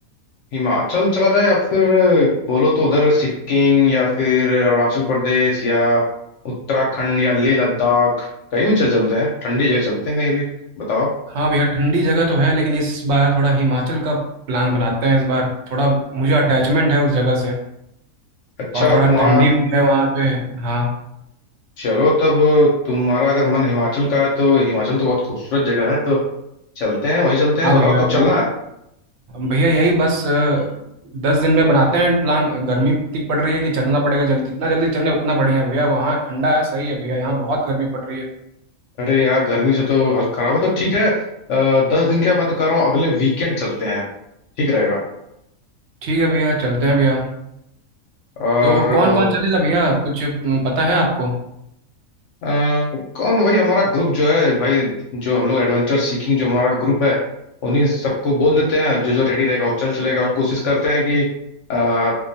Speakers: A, on the left; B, on the right.
A: हिमाचल चला जाए या फिर बोलो तो उधर सिक्किम या फिर अरुणाचल प्रदेश या उत्तराखंड या लेह लद्दाख कहीं भी चल चलते हैं ठंडी जगह चलते हैं कहीं भी बताओ
B: हाँ भैया ठंडी जगह तो है लेकिन इस बार थोड़ा हिमाचल का प्लान बनाते हैं इस बार थोड़ा मुझे अटैचमेंट है उस जगह से
A: अच्छा
B: और थोड़ा
A: तुम्हारा
B: ठंडी भी है वहाँ पे हाँ
A: चलो तब तुम्हारा अगर मन हिमाचल का है तो हिमाचल तो बहुत खूबसूरत जगह है तो चलते हैं वहीं चलते हैं
B: हाँ
A: बताओ
B: भैया
A: कब
B: वो
A: चलना है
B: भैया यही बस अ, दस दिन में बनाते हैं प्लान गर्मी इतनी पड़ रही है कि चलना पड़ेगा जल्दी जितना जल्दी चले उतना बढ़िया है भैया वहाँ ठंडा है सही है भैया यहाँ बहुत गर्मी पड़ रही है
A: अरे यार गर्मी से तो हालत खराब है तो ठीक है आ, दस दिन क्या मैं तो कह रहा हूँ अगले वीकेंड चलते हैं ठीक रहेगा
B: ठीक है भैया चलते हैं भैया
A: और
B: तो कौन कौन चलेगा भैया कुछ अम, पता है आपको
A: अ, कौन भाई हमारा ग्रुप जो है भाई जो हम लोग एडवेंचर सीकिंग जो हमारा ग्रुप है उन्हीं सबको बोल देते हैं जो जो रेडी रहेगा वो चल चलेगा और कोशिश करते हैं कि अ,